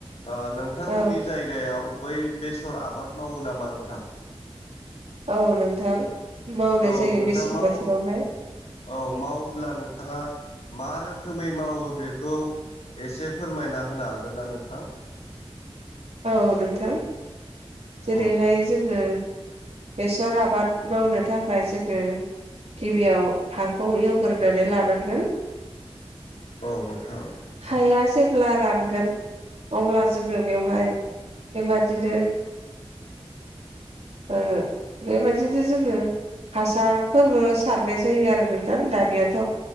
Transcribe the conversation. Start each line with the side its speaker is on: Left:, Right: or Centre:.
Left: ओ नोंथांमोननि
Right: औ
Left: जायगायाव बै बेसर आबाद मावो नामा नोंथां?
Right: औ नोंथां मावनाय
Left: औ
Right: जायो
Left: नोंथां
Right: मेसें
Left: मावो
Right: बोथोरावहाय
Left: औ मावोब्ला नोंथाङा मा रोखोमै मावो बेखौ एसे फोरमायना होनो हागोन ना नोंथां?
Right: औ नोंथां जेरैहाय
Left: औ
Right: जोङो बेसर आबाद मावनो थाखाय जोङो गिबियाव हाखौ एवग्रोनानै लानांगोन
Left: औ नोंथां।
Right: हाया जेब्ला रानगोन अब्ला जोङो बेवहाय बेबादिनो आरो बेबादिनो जोङो हासारफोरबो सारनाय जायो आरो नोंथां दानियाथ'